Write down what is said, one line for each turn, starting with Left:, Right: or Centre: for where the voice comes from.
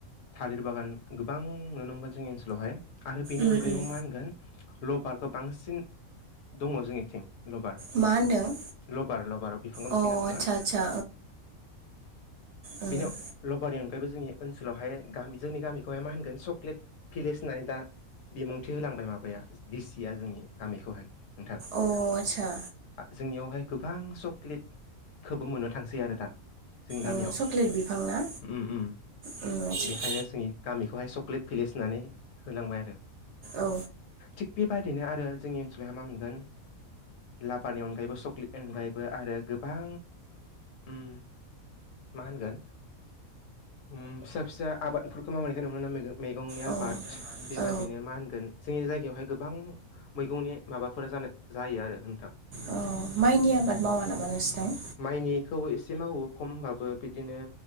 Left: थालिर बागान गोबां नुनो मोनगोन जोंनि ओनसोलावहाय आरो बेनि
Right: उम
Left: अनगायैबो
Right: उम
Left: मा होनगोन लभारखौ बांसिन दङ जोंनिथिं लबार
Right: मा होनदों
Left: लबार लबार बिफांखौ मिथियो
Right: अ आदसा
Left: नोंथाङा
Right: आदसा ओं
Left: बेनि लबारि अनगायैबो जोंनि ओनसोल स्कुलावहाय जोंनि गामिखौहाय मा होनगोन चक्लेट भिलेज होननानै दा बिबुंथि होलांबाय माबाया दिसिया जोंनि गामिखौहाय नोंथां
Right: अ आतसा
Left: जोंनियावहाय गोबां चक्लेटखौबो मोननो थांसै आरो दा जोंनि गामियाव
Right: ओं चक्लेट बिफां ना
Left: उम उम
Right: ओं आदसा
Left: बेखायनो जोंनि गामिखौहाय चकलेट भिलेज होननानै होलांबाय आरो
Right: ओं औ
Left: थिग बेबायदिनो आरो जोंनि ओनसोलावहाय मा मोनगोन लाभारानि अनगायैबो चक्लेटनि अनगायैबो आरो गोबां उम मा होनगोन फिसा फिसा आबादफोरखौ मावनायखौ मोन ना मैगंनि
Right: ओं
Left: आबाद बेबादिनो
Right: औ
Left: मा होनगोन जोंनि जायगायावहाय गोबां मैगंनि माबाफोरा जानो जायो आरो नोंथां
Right: अ माइनि आबाद मावा नामा नोंसिनाव
Left: माइनिखौ एसे मावो खम होनबाबो बिदिनो